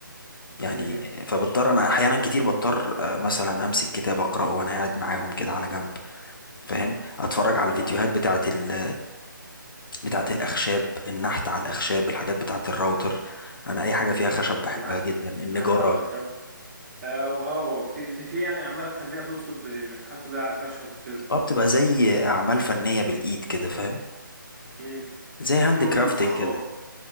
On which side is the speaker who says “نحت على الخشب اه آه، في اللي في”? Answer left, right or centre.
Right